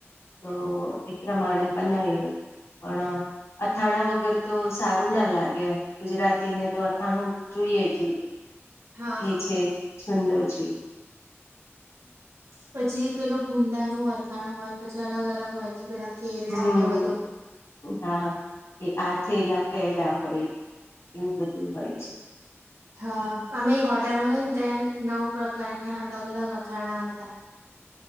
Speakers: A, on the left; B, on the right.
A: તો એ પ્રમાણે બનાવ્યું પણ અથાણા વગર તો સારું ના લાગે ગુજરાતીને તો અથાણું જોઈએ જ
B: હા
A: એ છે છંદો છે
B: પછી પેલો ગુંદા નું અથાણું હોય પછી અલગ અલગ હોય છે પેલા કેરડા
A: હમ
B: ને એ બધું
A: હા તે આ થેલા કેડા હોય એવું બધું હોય છે
B: હા અમે એક હોટેલમાં ગ ને ત્યાં નવ પ્રકારના અલગ અલગ અથાણા હતા